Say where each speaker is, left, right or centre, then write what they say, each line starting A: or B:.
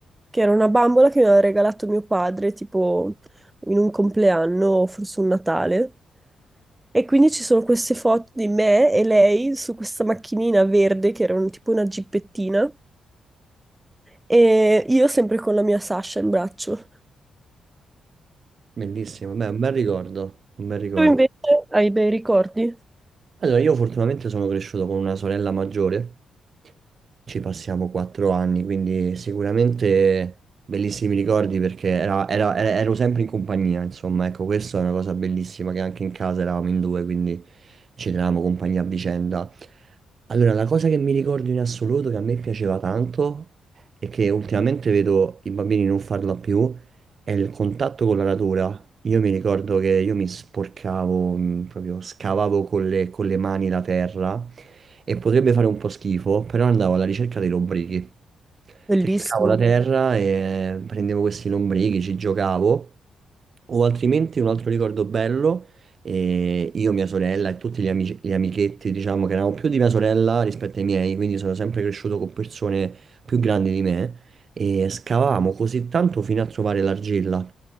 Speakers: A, on the right; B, on the right.
A: che era una bambola che mi aveva regalato mio padre tipo in un compleanno o forse un Natale. E quindi ci sono queste foto di me e lei su questa macchinina verde che era un- tipo una gippettina e io sempre con la mia Sasha in braccio.
B: bellissimo, beh, un bel ricordo, un bel ricordo.
A: Tu invece hai bei ricordi?
B: Allora, io fortunatamente sono cresciuto con una sorella maggiore, ci passiamo quattro anni, quindi sicuramente bellissimi ricordi perché era- era- era- ero sempre in compagnia, insomma, ecco, questa è una cosa bellissima che anche in casa eravamo in due, quindi ci tenevamo compagnia a vicenda. Allora, la cosa che mi ricordo in assoluto, che a me piaceva tanto e che ultimamente vedo i bambini non farla più, è il contatto con la natura. Io mi ricordo che io mi sporcavo, mh, proprio scavavo con le, con le mani la terra e potrebbe fare un po' schifo, però andavo alla ricerca dei lombrichi.
A: Bellissimo.
B: Cercavo la terra e prendevo questi lombrichi, ci giocavo. O altrimenti un altro ricordo bello, eh, io, mia sorella e tutti gli amici- gli amichetti, diciamo che erano più di mia sorella rispetto ai miei, quindi sono sempre cresciuto con persone più grandi di me, e scavavamo così tanto fino a trovare l'argilla